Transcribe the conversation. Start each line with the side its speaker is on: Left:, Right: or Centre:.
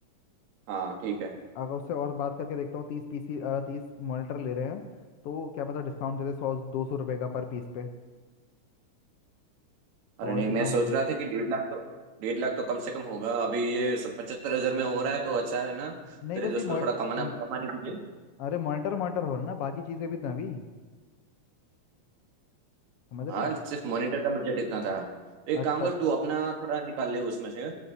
Right: हाँ ठीक है
Left: अगर उससे और बात करके देखता हूँ तीस पीसी तीस मॉनिटर ले रहे हैं तो क्या पता डिस्काउंट दे दे सौ दो सौ रुपये का पर पीस पे
Right: अरे
Left: तो और
Right: नहीं
Left: भी
Right: मैं
Left: काम हो
Right: सोच
Left: जाए
Right: रहा था कि डेढ़ लाख तो डेढ़ लाख तो कम से कम होगा अभी ये सब पचहत्तर हजार में हो रहा है तो अच्छा है ना
Left: नहीं
Right: तेरे
Left: बस
Right: दोस्त
Left: ये
Right: को
Left: मॉनिट
Right: थोड़ा कमाना
Left: म-
Right: कमाने दीजिए
Left: अरे मॉनिटर मॉनिटर हो रहा है ना बाकी चीज़ें भी तो हैं अभी समझ
Right: हाँ
Left: रहा है
Right: सिर्फ मॉनिटर का बजट इतना था तो एक
Left: अच्छा
Right: काम कर तू अपना थोड़ा निकाल ले उसमें से